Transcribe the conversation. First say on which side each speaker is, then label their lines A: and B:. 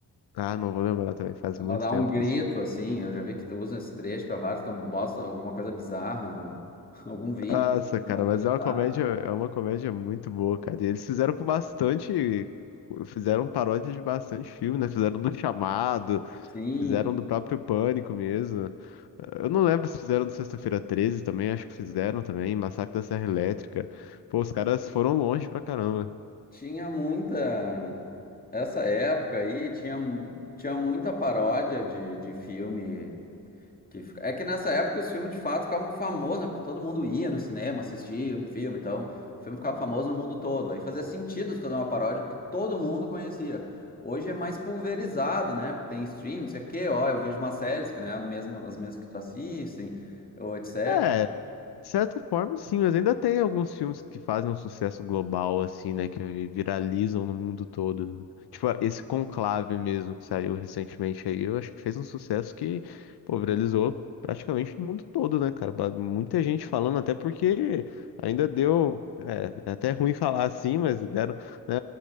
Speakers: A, on the left; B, on the left.
A: Ah,
B: que
A: não vou lembrar também, faz
B: Ela
A: muito
B: dá
A: tempo
B: um grito,
A: que eu assisti.
B: assim. Eu já vi que usam esse trecho para vários quando mostram alguma coisa bizarra, no, <laughs> algum vídeo,
A: Nossa,
B: acontecendo
A: cara,
B: alguma
A: mas
B: coisa
A: é
B: bizarra.
A: uma comédia, é uma comédia muito boa, cara. E eles fizeram com bastante, fizeram paródia de bastante filme, né? Fizeram do Chamado,
B: Sim.
A: fizeram do próprio Pânico mesmo. Eu não lembro se fizeram do Sexta-feira 13 também, acho que fizeram também, Massacre da Serra Elétrica. Pô, os caras foram longe pra caramba.
B: Tinha muita. Essa época aí tinha, tinha muita paródia de, de filme. Que... fica- É que nessa época os filmes de fato ficavam famosos, né? Porque todo mundo ia no cinema assistir um filme, então o filme ficava famoso no mundo todo. Aí fazia sentido fazer uma paródia porque todo mundo conhecia. Hoje é mais pulverizado, né? Porque tem stream, não sei o quê, ó, eu vejo umas séries que não é a mesma, as mesmas que tu assistem, ou etc.
A: É, De certa forma, sim, mas ainda tem alguns filmes que fazem um sucesso global, assim, né? Que viralizam no mundo todo. né? Tipo, esse Conclave mesmo, que saiu recentemente aí, eu acho que fez um sucesso que, pô, viralizou praticamente no mundo todo, né, cara? Ba- Muita gente falando, até porque ainda deu. É, é até ruim falar assim, mas deram. né,